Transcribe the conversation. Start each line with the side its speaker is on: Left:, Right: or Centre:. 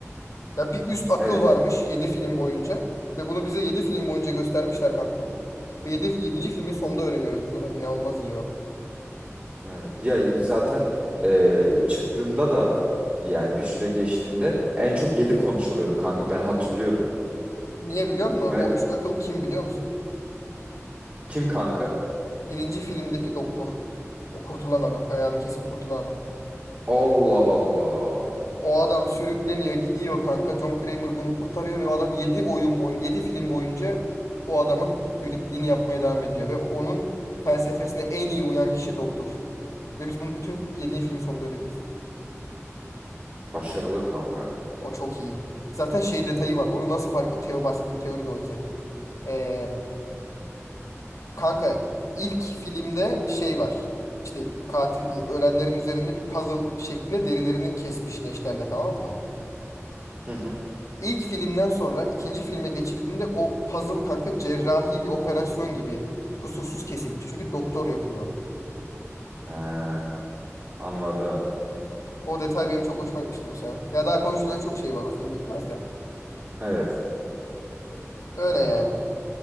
Left: Ya bir üst akıl
Right: Evet.
Left: varmış 7 film boyunca. Ve bunu bize 7 film boyunca göstermişler kanka. Ve 7 yedinci filmin sonunda öğreniyoruz biz onu. İnanılmaz iyi o.
Right: Evet. Ya zaten e, çıktığında da yani bir süre geçtiğinde en çok 7 konuşuluyordu kanka ben hatırlıyorum.
Left: Niye biliyor musun?
Right: Ben
Left: O üst akıl kim biliyor musun?
Right: kim kanka?
Left: Birinci filmdeki doktor. O kurtulan adam. Ayağını kesip kurtulan adam.
Right: Allah Allah.
Left: O adam sürükleniyor, gidiyor kanka. John Kramer bunu kurtarıyor ve o adam 7 oyun boyu 7 film boyunca o adamın müritliğini yapmaya devam ediyor ve onun felsefesine en iyi uyan kişi doktor. Ve biz bunu bütün yedinci filmin sonunda öğreniyoruz.
Right: Başarılı kanka.
Left: O çok iyi. Zaten şey detayı
Right: Evet.
Left: var. Onu nasıl fark... O teo bahsettiğim teori de oydu zaten. Ee, kanka ilk filmde şey var. İşte katil e, ölenlerin üzerinde bir puzzle şeklinde derilerini kesmiş neşterle tamam mı?
Right: Hı hı.
Left: İlk filmden sonra ikinci filme geçildiğinde o puzzle kanka cerrahi bir operasyon gibi kusursuz kesilmiş. Çünkü doktor yapıyor onu.
Right: Ee, anladım.
Left: O detay benim çok hoşuma gitmişti mesela. Ya daha konuşulacak çok şey var o film bitmez de.
Right: Evet.
Left: Öyle
Right: Yani,
Left: yani.